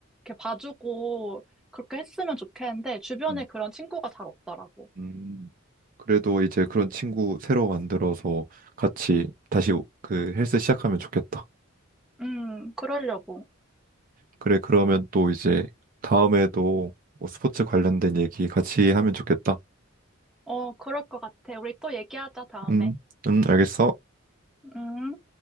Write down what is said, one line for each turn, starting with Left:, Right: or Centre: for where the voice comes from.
Centre: 이렇게 봐주고 그렇게 했으면 좋겠는데 주변에
Right: 음,
Centre: 그런 친구가 잘 없더라고.
Right: 음. 그래도 이제 그런 친구 새로 만들어서 같이 다시 그 헬스 시작하면 좋겠다.
Centre: 음, 그러려고.
Right: 그래, 그러면 또 이제 다음에도 뭐 스포츠 관련된 얘기 같이 하면 좋겠다.
Centre: 어, 그럴 것 같아. 우리 또 얘기하자, 다음에.
Right: 음, 음, 알겠어.
Centre: 음.